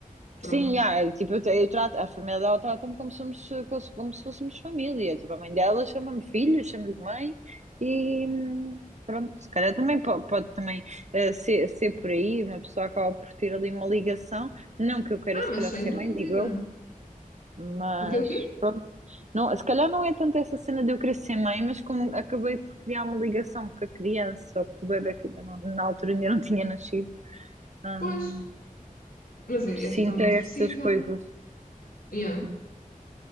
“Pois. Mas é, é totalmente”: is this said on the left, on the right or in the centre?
Left